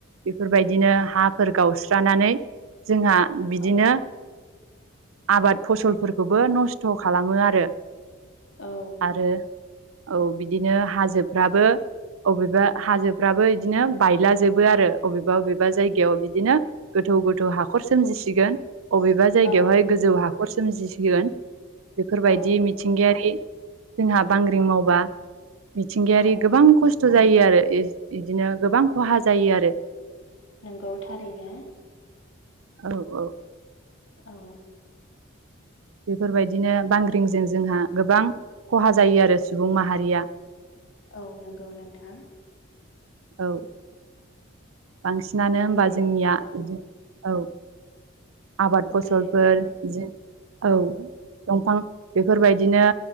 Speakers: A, on the right; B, on the left.
A: बेफोरबायदिनो हाफोर गावस्रानानै जोंहा। बिदिनो
B: औ
A: आबाद फसलफोरखौबो नस्थ खालामो आरो।
B: औ
A: आरो औ बिदिनो हाजोफ्राबो। अबेबा हाजोफ्राबो इदिनो बायलाजोबो आरो अबेबा अबेबा जायगायाव इदिनो। गोथौ गोथौ हाखर सोमजिसिगोन। अबेबा जायगायावहाय
B: औ
A: गोजौ हाखर सोमजिसिगोन बेफोरबायदि
B: औ
A: मि थिंगायारि जोंहा बांग्रिं मावबा मिथिंगायारि
B: औ
A: गोबां खस्थ स्थ जायो आरो इदिनो गोबां खहा जायो आरो।
B: नोंगौ थारैनो।
A: औ औ
B: औ
A: बेफोरबायदिनो बांग्रिंजों जोंहा गोबां खहा जायो आरो सुबुं माहारिया।
B: औ नंगौ नोंथां
A: औ बांसिनानो
B: माने
A: होमबा जोंनिया
B: औ
A: बिदि औ। आबाद
B: बुंलाय
A: फसलफोर
B: नोंथां
A: जि औ। दंफां बेफोरबायदिनो